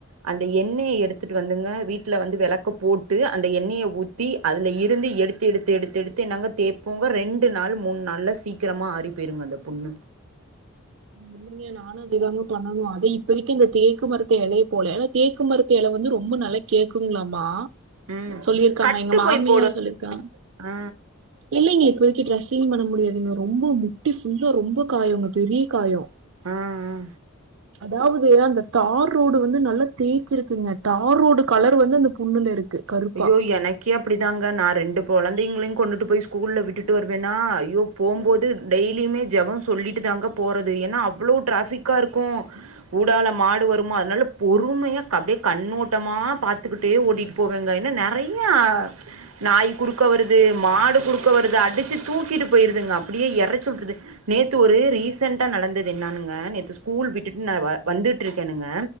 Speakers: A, on the right (about 85°); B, on the right (about 65°).
A: அந்த எண்ணய எடுத் எடுத்துட்டு வந்துங்க வீட்ல வந்து வெளக்க போட்டு அந்த எண்ணய ஊத்தி அதுல இருந்து எடு எத்து எடுத்து எடுத்து எடுத்து என்னங்க தேப்போங்க ரெண்டு நாள் மூணு நாள்ல சீக்கிரமா ஆறி போயிருங்க அந்த புண்ணு
B: இல்லைங்க நானு அதே தாங்க பண்ணணு அத இப்பதிக்கு இந்த தேக்குமரத்து எலய போல தேக்குமரத்து எல வந்து ரொம்ப நளைக் கேக்குங்களாமா
A: ம்
B: சொல்லியிருக்காங்க
A: கட்டு
B: எங்க மாமியார்
A: போய் போடு
B: சொல்லிருக்கா
A: ஆ
B: இல்லைங்க இப்போதைக்கு டிரெஸ்ஸிங் பண்ண முடியாதுங்க ரொம்ப முட்டி ஃபுல்லா ரொம்ப காயொங்க பெரிய காயோ
A: ஆ ஆ
B: அதாவது அந்த தார் ரோடு வந்து நல்லா தேய்ச்சிருக்குங்க தார் ரோடு கலரு வந்து அந்த புண்ணுல இருக்கு கருப்பா
A: ஐயோ எனக்கே அப்டிதாங்க நா ரெண்டு கொழந்தைங்களையு கொண்டுட்டு போய் ஸ்கூல்ல விட்டுட்டு வருவேன்னா ஐயோ போம்
B: ம்
A: போது டெய்லியுமே ஜெபம் சொல்லிட்டு தாங்க போறது ஏன்னா அவ்ளோ டிராஃபிக்கா இருக்கூ ஊடால மாடு வருமா அதனால பொறுமையா அப்டே கண்ணோட்டமா பாத்துக்கிட்டே ஓட்டிட்டு போவங்க இன்ன நெறையா நாய் குறுக்க வருது மாடு குறுக்க வருது அடிச்சு தூக்கிட்டு போயிருதுங்க அப்டியே எறச்சுற்றுது நேத்து ஒரு ரீசன்டா நடந்தது என்னானுங்க நேத்து ஸ்கூல் விட்டுட்டு நா வ வந்துட்டுருக்கேனுங்க